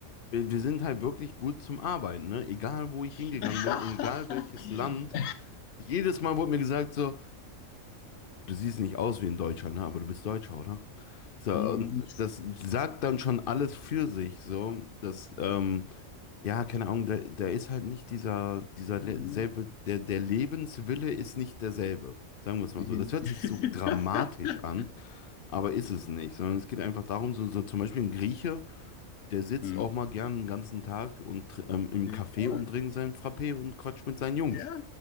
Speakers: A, on the left; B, on the left.
A: wir, wir sind halt wirklich gut zum Arbeiten, ne? Egal wo ich hingegangen
B: <laughs>
A: bin, egal welches Land. Jedes Mal wurde mir gesagt so, du siehst nicht aus wie ein Deutscher, ne? Aber du bist Deutscher, oder? So,
B: Hm.
A: und das sagt dann schon alles für sich, so, dass, ähm, ja, keine Ahnung, da, da ist halt nicht dieser, dieser
B: Mhm.
A: le- selbe, der, der Lebenswille ist nicht derselbe. Sagen wir es mal
B: Mhm.
A: so. Das hört
B: <laughs>
A: sich so dramatisch an, aber ist es nicht, sondern es geht einfach darum, so, so zum Beispiel ein Grieche, der sitzt
B: Hm.
A: auch mal gern den ganzen Tag und tr- ähm, im
B: Geh
A: Café
B: vor.
A: und trinkt seinen Frappé und quatscht mit seinen Jungs.
B: Ja,